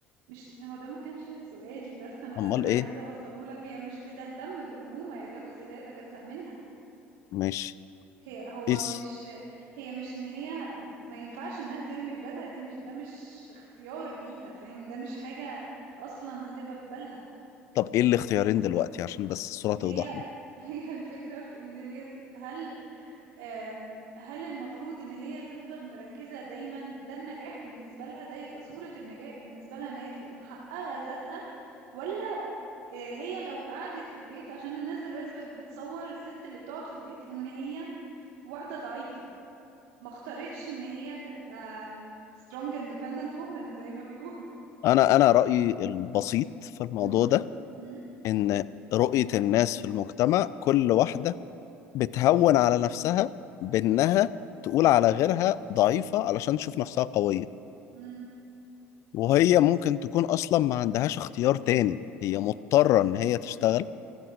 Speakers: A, on the right; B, on the left.
A: مش هو ده ما كانش سؤالي بس انا ده
B: امال
A: اللي انا
B: ايه
A: عايزة اوصله لك هي مش بتهتم بالأمومة هي ده جزء لا يتجزأ منها
B: ماشي
A: هي هو
B: قيس
A: مش هي مش ان هي ما ينفعش انها ترمي ولادها دي مش ده مش اختيار ليها فاهم ده مش حاجة اصلا هتبقى في بالها
B: طب ايه الاختيارين دلوقتي عشان بس الصورة
A: هي
B: توضح لي
A: <laughs> هي الفكرة في ان هي هل آم، هل المفروض ان هي تفضل مركزة دايما ده النجاح بالنسبة لها ده يبقى صورة النجاح بالنسبة لها ان هي تبقى محققة ذاتها ولا آه، هي لو قعدت في البيت عشان الناس دلوقتي بقت بتصور الست اللي بتقعد في البيت ان هي واحدة ضعيفة ما اختارتش ان هي تبقى آم، strong independent woman زي ما بيقولوا
B: انا انا رأيي البسيط في الموضوع
A: امم
B: ده
A: امم
B: ان رؤية الناس في المجتمع كل واحدة بتهون على نفسها بانها تقول على غيرها ضعيفة علشان تشوف نفسها قوية
A: امم
B: وهي ممكن تكون اصلا ما عندهاش اختيار تاني هي مضطرة ان هي تشتغل